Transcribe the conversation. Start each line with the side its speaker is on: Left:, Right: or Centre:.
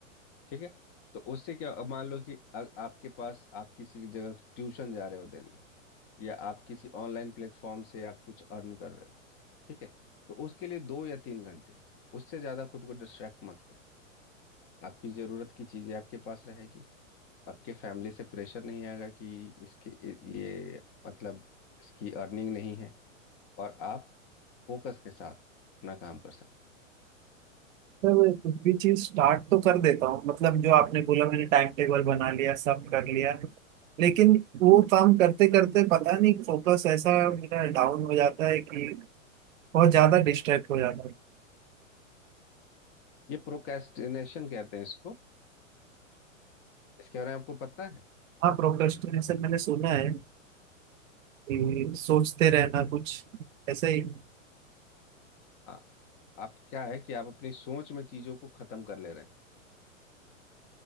Left: ठीक है तो उससे क्या अब मान लो कि आ, आपके पास आप किसी जगह ट्यूशन जा रहे हो देने या आप किसी ऑनलाइन प्लेटफॉर्म से आप कुछ अर्न कर रहे हो ठीक है तो उसके लिए दो या तीन घंटे उससे ज़्यादा खुद को डिस्ट्रैक्ट मत करो आपकी ज़रूरत की चीज़ें आपके पास रहेगी आपके फैमिली से प्रेशर नहीं आएगा कि इसके ये मतलब इसकी अर्निंग नहीं है और आप फोकस के साथ अपना काम कर सकते
Right: सर मैं कुछ भी चीज स्टार्ट तो कर देता हूँ मतलब जो आपने बोला मैंने टाइम टेबल बना लिया सब कर लिया लेकिन वो काम करते करते पता नहीं फोकस ऐसा मेरा डाउन हो जाता है कि बहुत ज्यादा डिस्ट्रैक्ट हो जाता है
Left: ये प्रोक्रेस्टिनेशन कहते हैं इसको इसके बारे में आपको पता है
Right: हाँ प्रोक्रेस्टिनेशन मैंने सुना है कि सोचते रहना कुछ ऐसे ही
Left: हाँ आप क्या है कि आप अपनी सोच में चीज़ों को ख़त्म कर ले रहे हैं